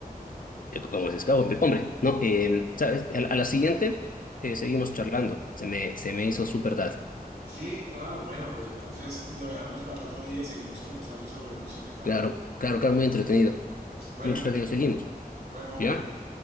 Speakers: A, on the left (about 60°); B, on the right (about 85°).
A: eh, como se escapa, hombre, no, eh, ¿sabes? A, la a la siguiente eh, seguimos charlando. Se me, se me hizo súper tarde.
B: Sí, ah, bueno, pues entonces lo dejamos para otro día y seguimos conversando sobre música, Carlos.
A: Claro, claro, claro, muy entretenido.
B: Bueno,
A: Muy entretenido, seguimos.
B: bueno, hombre,
A: ¿Ya?